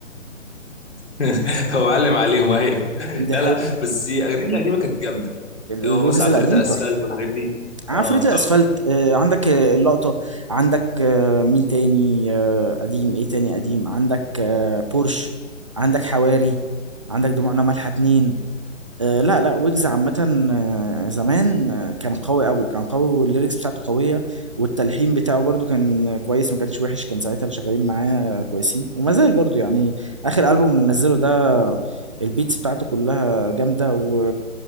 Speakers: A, on the left (about 60°); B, on the right (about 25°).
A: <laughs> هو علم عليهم ايوه
B: <laughs> دي
A: لا
B: حقيقة
A: لا بس اغانيه القديمه كانت جامده
B: الويجز
A: هو مثلا عفريت
B: القديم
A: على الاسفلت
B: تحفه
A: والحاجات دي
B: عفريت
A: اه
B: الاسفلت
A: تحفه
B: آه، عندك آه، اللقطه عندك آه، مين تاني آه، قديم ايه تاني قديم عندك آه، بورش عندك حواري عندك دموعنا مالحه اتنين آه، لا لا ويجز عامة آه، زمان آه، كان قوي قوي كان قوي والليركس بتاعته قوية والتلحين بتاعه برضو كان كويس ما كانش وحش كان ساعتها اللي شغالين معاه كويسين وما زال برضو يعني آخر ألبوم اللي نزله ده البيتس بتاعته كلها جامدة و...